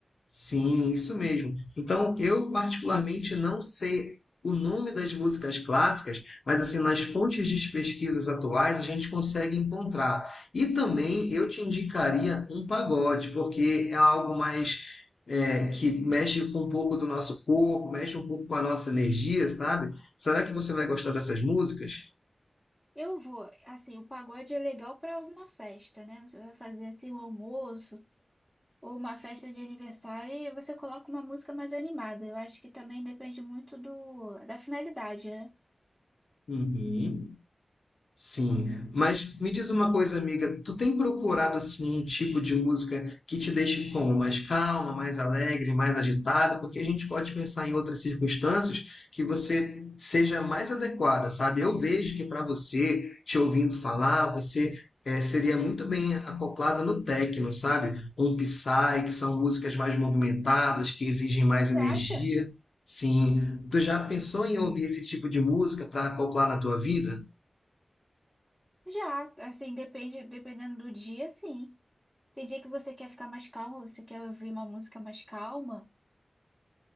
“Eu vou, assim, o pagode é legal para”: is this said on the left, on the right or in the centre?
Centre